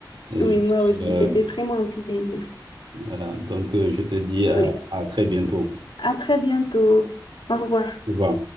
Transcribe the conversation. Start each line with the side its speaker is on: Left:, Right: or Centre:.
Right: Et
Left: Oui,
Right: je-
Left: moi aussi.
Right: euh,
Left: C'était vraiment un plaisir.
Right: voilà, donc euh, je te dis à,
Left: Oui.
Right: à très bientôt.
Left: À très bientôt. Au revoir.
Right: Au revoir.